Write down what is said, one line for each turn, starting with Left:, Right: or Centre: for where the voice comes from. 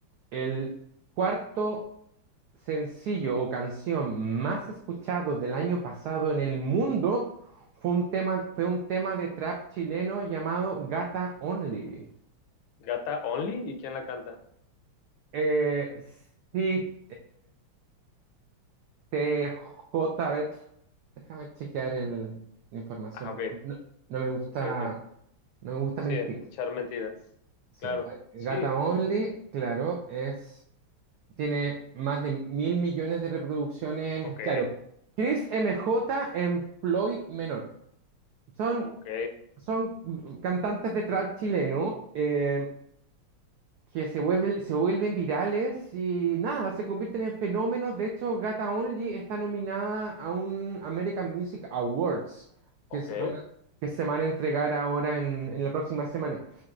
Right: el cuarto sencillo o canción más escuchado del año pasado en el mundo fue un tema, fue un tema de trap chileno llamado Gata Only.
Left: Gata Only, ¿y quién la canta?
Right: Eh, sí, TJ, a ver, déjame chequear el, la información.
Left: Ah, ok,
Right: porque No, no me gusta,
Left: ok, ok.
Right: no me gusta
Left: Sí,
Right: mentir.
Left: echar mentiras.
Right: Sí,
Left: Claro,
Right: tra- Gata
Left: sí,
Right: Only, claro, es, tiene más de mil millones de reproducciones
Left: ok,
Right: en, claro, Chris MJ en Floyd Menor. Son,
Left: ok,
Right: son cantantes de trap chileno. eh, que se vuelve- se vuelven virales y nada, se convierten en fenómenos. De hecho, Gata Only está nominada a un American Music Awards
Left: ok.
Right: que se van a, que se van a entregar ahora en, en la próxima semana.